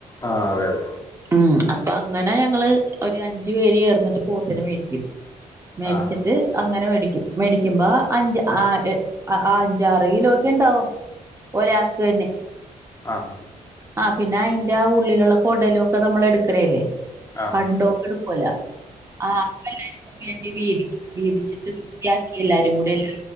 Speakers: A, on the left; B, on the right.
A: ആഹ് അതെ അതെ.
B: ഉം അപ്പൊ അങ്ങനെ ഞങ്ങള് ഒരു അഞ്ചു പേര് ഏർന്നിട്ട് പോത്തിന മേടിക്കും. മേടിച്ചിട്ട്
A: ആഹ്
B: അങ്ങനെ മേടിക്കും മേടിക്കുമ്പോ അഞ്ച് ആഹ് ആഹ് അഞ്ചാറയിലോക്കെ ഇണ്ടാവും ഒരാക്കന്നെ.
A: ആഹാ
B: ആഹ് പിന്നെ അയ്ന്റെ ആഹ് ഉള്ളിലുള്ള കൊടലും ഒക്കെ നമ്മൾ എടുക്കണേല്ലേ.
A: ആഹ്
B: പണ്ടൊക്കെ
A: ആഹ്
B: എടുക്കൂല ആഹ് എല്ലാവർക്കും വേണ്ടി വീതിക്കും വീതിച്ചിട്ട് വൃത്തിയാക്കി എല്ലാരും കൂടെ എല്ലാ